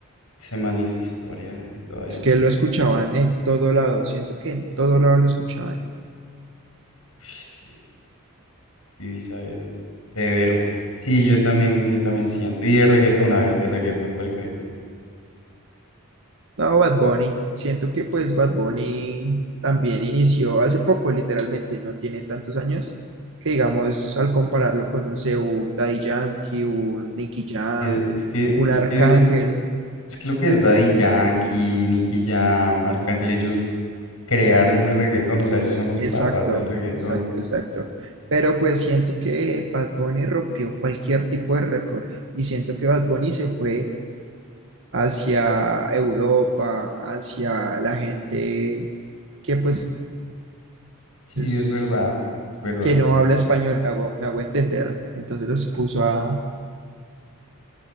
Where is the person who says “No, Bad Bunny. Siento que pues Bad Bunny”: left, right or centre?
Right